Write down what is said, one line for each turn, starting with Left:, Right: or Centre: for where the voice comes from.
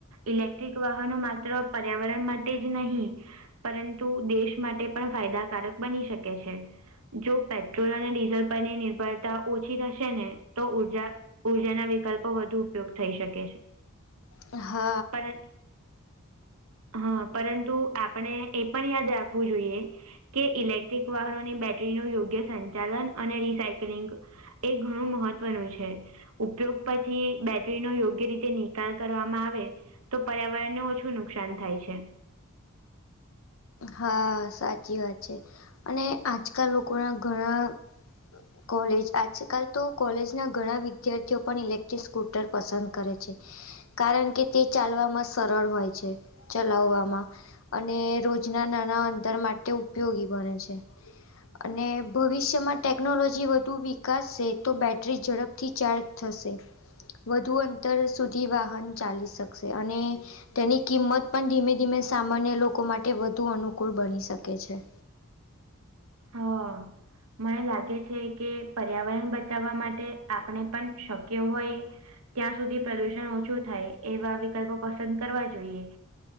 Right: ઇલેક્ટ્રિક વાહનો માત્ર પર્યાવરણ માટે જ નહીં પરંતુ દેશ માટે પણ ફાયદાકારક બની શકે છે. જો પેટ્રોલ અને ડીઝલ પરની નિર્ભરતા ઓછી થશે ને તો ઉર્જા ઉર્જાના વિકલ્પો વધુ ઉપયોગ થઈ શકે છે.
Left: હા.
Right: પરં હા પરંતુ આપણે એ પણ યાદ રાખવું જોઈએ કે ઇલેક્ટ્રિક વાહનોની બેટરી નો યોગ્ય સંચાલન અને રિસાયક્લિંગ એ ઘણું મહત્વનું છે. ઉપયોગ પછી બેટરીનો યોગ્ય રીતે નિકાલ કરવામાં આવે તો પર્યાવરણને ઓછું નુકસાન થાય છે.
Left: હા, સાચી વાત છે. અને આજકાલ લોકો ના ઘણા કોલેજ આજકાલ તો કોલેજ ના ઘણા વિદ્યાર્થીઓ પણ ઇલેક્ટ્રિક સ્કૂટર પસંદ કરે છે. કારણ કે તે ચાલવામાં સરળ હોય છે ચલાવવામાં અને રોજ જ ના નાના અંતર માટે ઉપયોગી બને છે. અને ભવિષ્યમાં ટેકનોલોજી વધુ વિકાસશે તો બેટરી ઝડપથી ચાર્જ થશે વધુ અંતર સુધી વાહન ચાલી શકશે અને તેની કિંમત પણ ધીમે ધીમે સામાન્ય લોકો માટે વધુ અનુકૂળ બની શકે છે.
Right: હા. મને લાગે છે કે પર્યાવરણ બચાવવા માટે આપણે પણ શક્ય હોય ત્યાં સુધી પ્રદુષણ ઓછું થાય એવા વિકલ્પો પસંદ કરવા જોઈએ.